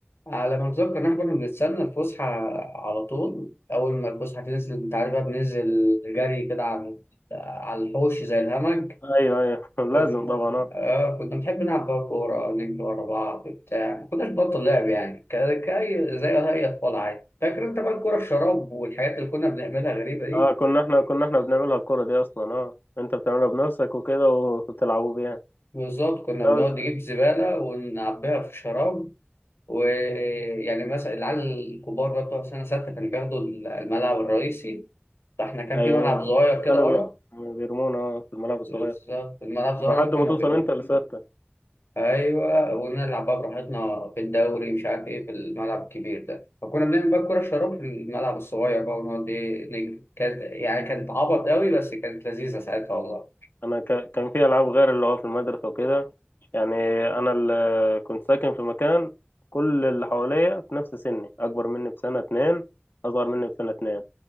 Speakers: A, on the left (about 80°); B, on the left (about 55°).
A: على ما اتذكر ان احنا كنا بنستنى الفسحه على طول اول ما الفسحه تنزل انت عارف بقى بننزل جري كده على على الحوش زي الهمج
B: ايوه ايوه <laughs>
A: كنا
B: لازم طبعا آه.
A: آه كنا بنحب نلعب بقى كورة نجري ورا بعض بتاع ما كناش بطل لعب يعني ك- كأي زي أي أطفال عادي فاكر أنت بقى الكورة الشراب والحاجات اللي كنا بنعملها غريبة دي
B: اه كنا احنا كنا احنا بنعملها الكرة دي اصلا اه انت بتعملها بنفسك وكده وبتلعبوا بيها
A: بالظبط كنا
B: لا
A: بنقعد
B: بس
A: نجيب زبالة ونعبيها في شراب ويعني مثلا العيال الكبار بقى بتوع سنة ستة كانوا بياخدوا الملعب الرئيسي فاحنا كان
B: ايوه
A: في ملعب صغير
B: ما كانوا
A: كده ورا
B: بي- كانوا بيرمونا اه في الملعب الصغير
A: بالظبط الملعب الصغير
B: لحد
A: ده كنا
B: ما توصل
A: بن-
B: انت لسته
A: ايوه ونلعب بقى براحتنا في الدوري مش عارف ايه في الملعب الكبير ده فكنا بنعمل بقى الكوره الشراب في الملعب الصغير بقى ونقعد ايه نجري كانت يعني كانت عبط قوي بس كانت لذيذه ساعتها والله
B: انا ك... كان في العاب غير اللي هو في المدرسه وكده يعني انا اللي كنت ساكن في مكان كل اللي حواليا في نفس سني اكبر مني بسنه اتنين اصغر مني بسنه اتنين